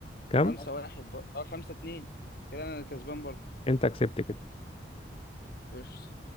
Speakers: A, on the left; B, on the left.
A: كام
B: خمسة واحد برضه اه خمسة اتنين كده انا الكسبان برضه
A: انت كسبت كده
B: قشطة